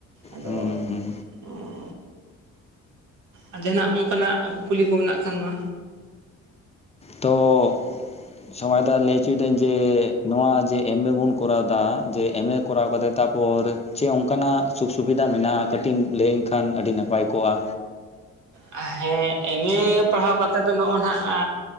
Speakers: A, on the right (about 75°); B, on the left (about 20°).
A: ᱟᱫᱚ
B: ᱦᱩᱸ ᱦᱩᱸ
A: ᱚ ᱟᱨ ᱡᱟᱦᱟᱱᱟᱜ ᱚᱱᱠᱟᱱᱟᱜ ᱠᱩᱠᱞᱤ ᱠᱚ ᱢᱮᱱᱟᱜ ᱠᱷᱟᱱ ᱢᱟ
B: ᱛᱚᱻ ᱥᱚᱢᱚᱭ ᱫᱟ ᱞᱟᱹᱭ ᱪᱚᱭᱫᱟᱹᱧ ᱡᱮ ᱱᱚᱣᱟ ᱡᱮ ᱮᱢ ᱮ ᱵᱚᱱ ᱠᱚᱨᱟᱣᱮᱫᱟ ᱡᱮ ᱮᱢ ᱮ ᱠᱚᱨᱟᱣ ᱠᱟᱛᱮ ᱛᱟᱯᱚᱨᱮ ᱪᱮᱫ ᱚᱱᱠᱟᱱᱟᱜ ᱥᱩᱠ ᱥᱩᱵᱤᱫᱷᱟ ᱢᱮᱱᱟᱜᱼᱟ ᱠᱟᱹᱴᱤᱡ ᱮᱢ ᱞᱟᱹᱭᱟᱹᱧ ᱠᱷᱟᱱ ᱟᱹᱰᱤ ᱱᱟᱯᱟᱭ ᱠᱚᱜᱼᱟ?
A: ᱦᱮᱸ ᱮᱢ ᱮ ᱯᱟᱲᱦᱟᱣ ᱠᱟᱛᱮᱫ ᱫᱚ ᱱᱚᱜᱚ ᱱᱟᱜ ᱟᱻ